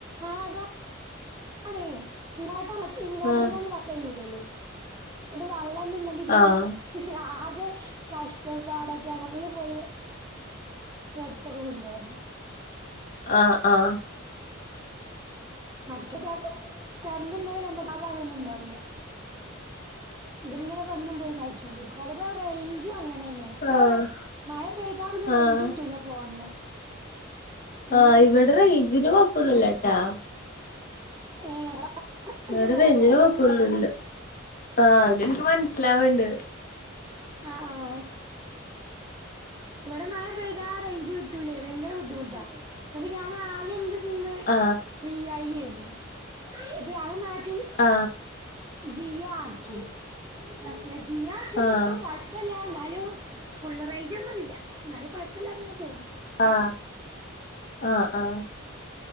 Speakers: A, on the right; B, on the left.
A: ആ അതാ ആണേ പിന്നെ ഇൻവേർട്ടറിന്ന്
B: ആഹ്
A: വർക്ക് ചെയ്യുലല്ലോ? അവിടെ വെള്ളം ഒന്നും ഇല്ലെങ്കി പിന്നെ.
B: ആഹ്
A: ആകെ കഷ്ടപ്പാടൊക്കെരം <unintelligible> പോയി അടുത്തൊക്കെ കൊണ്ടുരുന്നു.
B: ആ ആ
A: മറ്റേതാക കരണ്ട് ഉണ്ടാകില്ല് നമുക്ക് ആപണി ഒനും ഉണ്ടാവില്ല. ഇത്ങ്ങനെ വന്നും പോയി കളിച്ചോണ്ട് അത്പോലോ റേഞ്ചും അങ്ങനെ തന്നെ.
B: അതെ ആഹ്
A: മയ പെയ്താപിനൊ റേഞ്ച്
B: ആഹ്
A: ഇട്ടുല ഫോണിന്. ഭയങ്കര
B: ആ
A: ബുദ്ധിമുട്ടാ
B: ഇവിടെ റേജിന് കൊഴപ്പൊന്നില്ല ട്ടാ.
A: ഏ ഇവിടെ റേഞ്ച്
B: ഇവടൊ
A: പോവും
B: റഞ്ചിന് കൊഴപ്പന്നുല്ല. ആ എനിക്ക് മനസ്സിലാവണ്ട്.
A: ആ ആ ഇവിടെ മഴ പെയ്ത റേഞ്ച് കിട്ടൂലേ ഭയങ്കര ബുദ്ധിമുട്ടാ എന്നിട്ട് ഞാൻ ആകെ ഇൻ്റെ സിമ്മ്.
B: ആ
A: വി ഐ നു അത് മാറ്റി.
B: ആ
A: ജിയോ ആക്കി പക്ഷെ ജിയോ ആക്കിയിട്ട്.
B: ആഹ്
A: പോ കൊയ് പ്പല്ല എന്നാലും ഫുള്ള് റേഞ്ച് ഒന്നുംല്ല എന്നാലും കുഴപ്പമില്ല അതങ്ങ് പോണു.
B: ആ ആ ആ